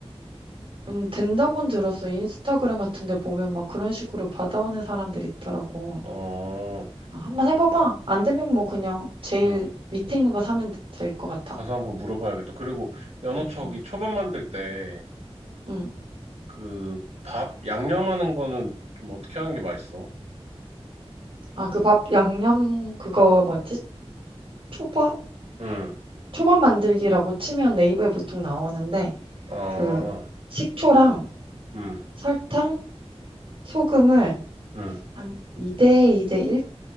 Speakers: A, on the right; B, on the right.
A: 음, 된다고는 들었어. 인스타그램 같은 데 보면 막 그런 식으로 받아오는 사람들이 있더라고.
B: 어,
A: 아, 한번 해봐봐. 안 되면 뭐 그냥 제일
B: 음,
A: 밑에 있는 거 사면 될 것 같아.
B: 가서 한번 물어봐야겠다. 그리고 연어척이
A: 응
B: 초밥 만들 때
A: 응.
B: 그 밥 양념하는 거는 좀 어떻게 하는 게 맛있어?
A: 아, 그 밥 양념 그거 뭐지? 초밥?
B: 음,
A: 초밥 만들기라고 치면 네이버에 보통 나오는데
B: 아,
A: 그 식초랑
B: 음,
A: 설탕, 소금을
B: 음,
A: 한 2대 2대 1